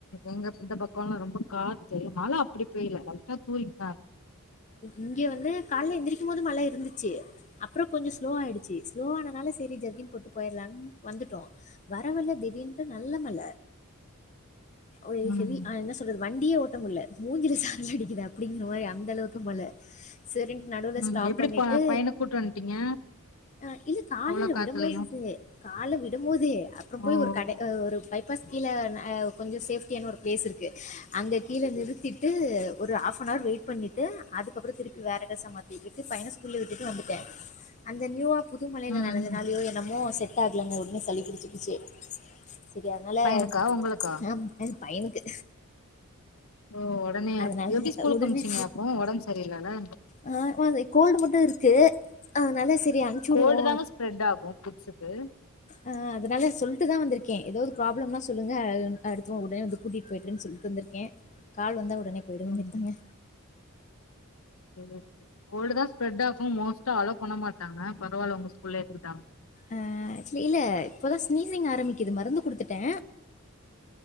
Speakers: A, on the left; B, on the left.
A: எங்கப் இந்த பக்கோல ரொம்ப காத்து மழ அப்டி போயில லைட்டா தூரிட்
B: இங்க வந்து கால்ல எந்திரிக்கு போது மழ இருந்துச்சு அப்றோ கொஞ்ச ஸ்லோ ஆயிடுச்சு ஸ்லோவ ஆனால செரி ஜர்க்கின் போட்டு போய்டலானு வந்துட்டோ வர வல்லா திடீனுட்டு நல்ல மழ ஒரே
A: ம்
B: ஹெவி ஆ என்ன சொல்றது வண்டியே ஓட்ட முல்ல மூஞ்சில சாரல் அடிக்குது அப்டிங்க போய் அந்த அளவுக்கு மழ செரின்ட்டு நடுவுல
A: ம்
B: ஸ்டாப்
A: எப்டி
B: பண்ணிட்டு
A: ப பையன கூட்டு வந்ட்டீங்க
B: ஆ இல்ல காலையில
A: அவ்ளோ காத்துலயு
B: விட போது <inaudible> காலை விடுபோது அப்றோ போய்
A: ஓ
B: ஒரு கடை அ ஒரு பைபாஸ் கீழ ஆ கொஞ்சோ சேஃப்டியான ஒரு பிளேஸ் இருக்கு அங்க கீழ நிறுத்திட்டு ஒரு ஆஃப்னவர் வெயிட் பண்ணிட்டு அதுக்கப்பறோ திருப்பி வேற டிரஸ்ஸ மாத்திட்டு பையனை ஸ்கூல்ல விட்டு வந்துட்டே அந்த நியூ புதுமழயில
A: ம்
B: நெனஞ்சனாலயோ
A: ம்
B: என்னமோ செட் ஆகலைங்க உடனே சளி புடிச்சிகிச்சி செரி அதனால
A: பையனுக்கா உங்களுக்கா
B: ஆ ஆ பையனுக்கு
A: ஓ உடனே
B: அதனால
A: எப்டி ஸ்கூலுக்கு
B: உடனே
A: அமிச்சீங்க அப்போ ஒடம்பு சரியில்லாத
B: ஆ <inaudible> இந்த கோல்டு மட்டு இருக்கு அதுனால செ ரி அனுச்சுடுவோ
A: கோல்டு தாங்க ஸ்ப்ரெட் ஆகு கிட்ஸுக்கு
B: ஆ அதனால சொல்ட்டுதா வந்திருக்கே ஏதாவ்து ப்ராப்ளம்னா சொல்லுங்க அடுத்தவ உடனே வந்து கூட்டிட்டு போய்டுறேன்னு சொல்ட்டு வந்திருக்கே கால் வந்தா உடனே போய்ட வேண்டியதாங்க
A: ம் செரி கோல்டு தா ஸ்ப்ரெட் ஆகு மோஸ்ட்டா ஆளோ பண்ண மாட்டாங்க பரவால்ல உங்க ஸ்கூல்லே எத்துக்கிட்டாங்க
B: ஆ ஆக்சுவலி இல்ல இப்போதா ஸ்னீசிங் ஆரம்பிக்கக்குது மருந்து குடுத்துட்டே